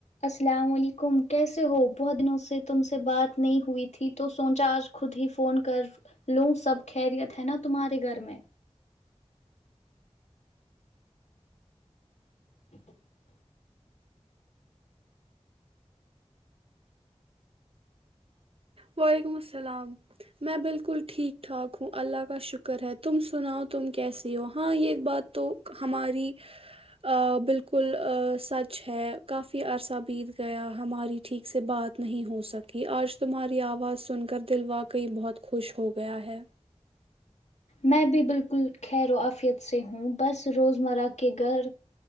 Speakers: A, on the left; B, on the right.
A: السلام وعلیکم کیسے ہو بہت دنوں سے تم سے بات نہیں ہوئی تھی تو سوچا آج خود ہی فون کر لوں سب خیریت ہے نا تمہارے گھر میں ہ <inaudible>
B: وعلیکم السلام میں بالکل ٹھیک ٹھاک ہوں اللہ کا شکر ہے تم س ناؤ تم کیسی ہو ہاں یہ بات تو ہماری ا بالکل ا سچ ہے کافی عرصہ بیت گیا ہماری ٹھیک سے بات نہیں ہو سکی آج تمہاری آواز سن کر دل واقعی بہت خوش ہو گیا ہے
A: میں بھی بالکل خیر و آفیت سے ہوں بس روز مرہ کے گھر